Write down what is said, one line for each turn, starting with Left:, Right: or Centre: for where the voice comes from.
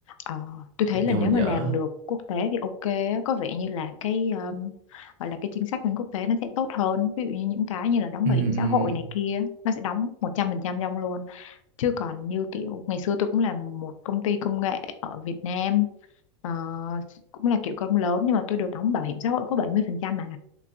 Left: ờ, tôi thấy
Right: chắc
Left: là
Right: do
Left: nếu
Right: mình
Left: mà
Right: dở
Left: làm được quốc tế thì ok á, có vẻ như là cái um, gọi là cái chính sách bên quốc tế nó sẽ tốt hơn ví dụ như những cái như là đóng
Right: ừ,
Left: bảo
Right: ừ.
Left: hiểm xã hội này kia nó sẽ đóng một trăm phần trăm cho ông luôn chứ còn như kiểu ngày xưa tôi cũng là một công ty công nghệ ở Việt Nam ờ, cũng là kiểu công lớn nhưng mà tôi được đóng bảo hiểm xã hội có 70% mà